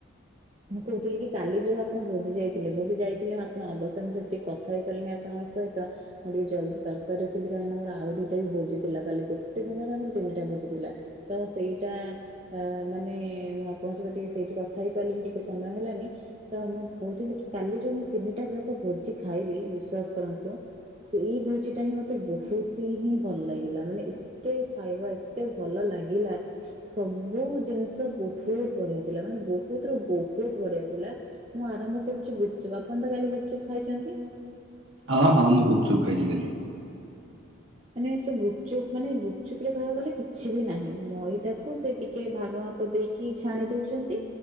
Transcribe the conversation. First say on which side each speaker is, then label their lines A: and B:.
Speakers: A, on the right; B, on the right.
A: ମୁଁ କହୁଥିଲି କି କାଲି ଯୋଉଁ ଆପଣ ଭୋଜି ଯାଇଥିଲେ ମୁଁ ବି ଯାଇଥିଲି ଆପଣ ଅବଶ୍ୟ ମୁଁ ସେଠି ଟିକେ କଥା ହେଇପାରିଲିନି ଆପଣଙ୍କ ସହିତ। ମୁଁ ଟିକେ ଜଲ୍ଦି ତରତର ଥିଲି କାହିଁ ନା ଆମର ଆଉ ଦିଇଟା ବି ଭୋଜି ଥିଲା କାଲି ଗୋଟେ ଦିନରେ ଆମର ତିନିଟା ଭୋଜି ଥିଲା। ତ ସେଇଟା ଅ ମାନେ ମୁଁ ଆପଣଙ୍କ ସହିତ ଟିକେ ସେଇଠି କଥା ହେଇପାରିଲିିନି ଟି ସମୟ ହେଲାନି। ତ ମୁଁ କହୁଥିଲି କି କାଲି ଯୋଉ ମୁଁ ତିନିଟା ବେଳକୁ ଭୋଜି ଖାଇଲି ବିଶ୍ୱାସ କରନ୍ତୁ। ସେଇ ଭୋଜି ଟା ହିଁ ମତେ ବହୁତ ହିଁ ଭଲ ଲାଗିଲା ମାନେ ତ ଖାଇବା ଏତେ ଭଲ ଲାଗିଲା। ସବୁ ଜିନିଷ ବହୁତ ବଢ଼ିଆ ଥିଲା ମାନେ ବହୁତ ରୁ ବହୁ ବହୁତ ବଢିଆ ଥିଲା ମୁଁ ଆରମ୍ଭ କରୁଛି ଗୁପଚୁପ୍ ଆପଣ ତ କାଲି ଗୁପଚୁପ୍ ଖାଇଛନ୍ତି।
B: ହଁ ହଁ ମୁଁ ଗୁପଚୁପ ଖାଇଛି କାଲି।
A: ମାନେ ସେ ଗୁପଚୁପ୍ ମାନେ ଗୁପଚୁପ ରେ କହିବାକୁ ଗଲେ କିଛି ବି ନାହିଁ ମଇଦାକୁ ସେ ଟିକେ ଭାଗ ମାପ ଦେଇକି ଛାଣି ଦଉଛନ୍ତି